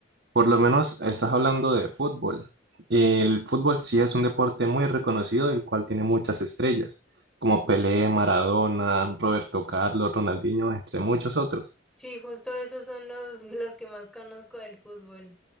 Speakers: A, on the right (about 60°); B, in the centre.
A: Por lo menos estás hablando de fútbol. El fútbol sí es un deporte muy reconocido, el cual tiene muchas estrellas, como Pelé, Maradona, Roberto Carlos, Ronaldinho, entre muchos otros.
B: Sí, justo esos son los, <laughs> los que más conozco del fútbol.